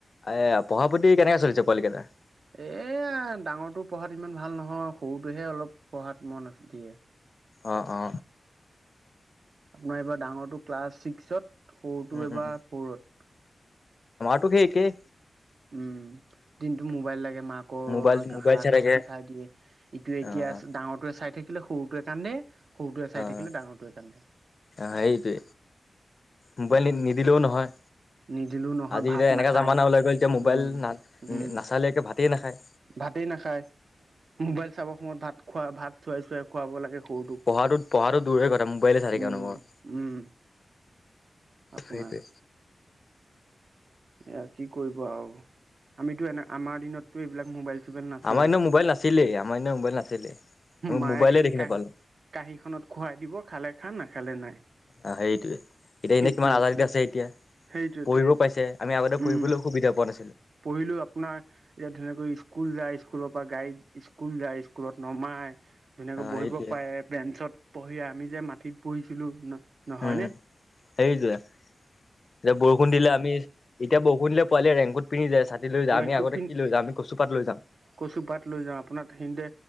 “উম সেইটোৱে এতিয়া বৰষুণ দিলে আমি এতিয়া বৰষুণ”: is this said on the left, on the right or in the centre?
Left